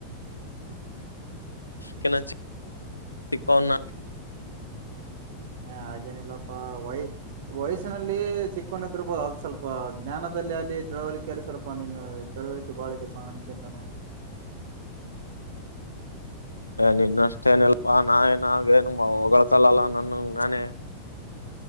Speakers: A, on the left; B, on the right.
A: ಕನಾ ಚ ಕನಾ
B: ಹ ಹಾಗೇನಿಲ್ಲಪ್ಪಾ ವಯ ವಯಸ್ಸಿನಲ್ಲಿ ಚಿಕ್ಕನ ಇದರ್ಬೋದು ಅದ್ ಸ್ವಲ್ಪ ಜ್ಞಾನದ ಅಲ್ಲಿ ತಿಳವಳಿಕೆ ಎ ಸರಪಾ ನೀ ತಿಳವಳಿಕೆ ಬಾಳ ಇ ಇದಪ್ಪ ನನ್ಕಂತ ನಾ
A: ನಿನ್ನಷ್ಟೇಏನಲ್ಪಾ ನಾ ಏನ ಆಾಗ ಏನ್ ಹೊಗಳಳ್ಕಲ್ಲಲ್ಲಾ ನನ್ನ ನಾನೇ